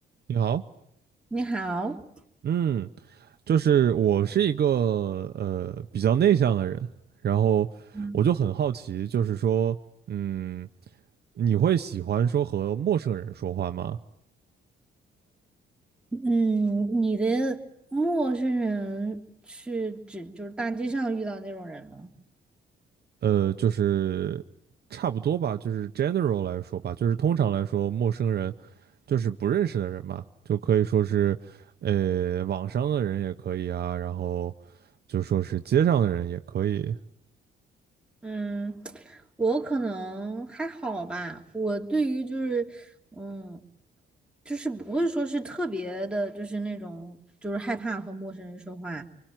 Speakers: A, on the right (about 55°); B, in the centre.
A: 你好，
B: 你好，
A: 嗯，就是我是一个呃比较内向的人，然后我就很好奇，
B: 嗯，
A: 就是说，嗯，你会喜欢说和陌生人说话吗？
B: 嗯，你的陌生人是指就是大街上遇到那种人吗？
A: 呃，就是差不多吧，就是 general 来说吧，就是通常来说，陌生人就是不认识的人嘛，就可以说是呃网上的人也可以啊，然后就说是街上的人也可以
B: 嗯，我可能还好吧。我对于就是嗯，就是不会说是特别的，就是那种就是害怕和陌生人说话。